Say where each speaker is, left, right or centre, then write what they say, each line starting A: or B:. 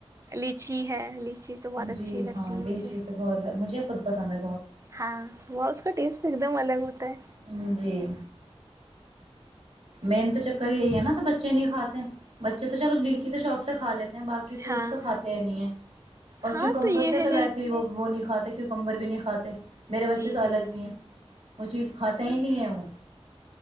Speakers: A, on the right (about 30°); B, on the right (about 70°).
A: لیچی ہے لیچی تو بہت اچھی
B: جی
A: لگتی
B: ہاں لیچی
A: ہے مجھے
B: تو بہت مجھے خود پسند ہے
A: ہاں وہ اس کا ٹیسٹ ایک دم الگ ہوتا ہے
B: بہت جی مین تو چکر یہی ہے نا تو بچے نہیں کاتے ہیں بچے تو چلو لیچی تو شاپ سے کھا لیتے باقی فروٹس
A: ہاں
B: تو کاتے نہیں ہے اور
A: ہاں
B: کیکمبر
A: یہ
B: سے
A: ہے
B: تو
A: کہ
B: ویسے ہی وہ وہ نہیں کھاتے کی کمبر بھی نہیں کاتے میرے بچے
A: جی
B: تو
A: جی
B: الگ ہی ہیں وہ چیز کھاتے ہی نہیں ہیں وہ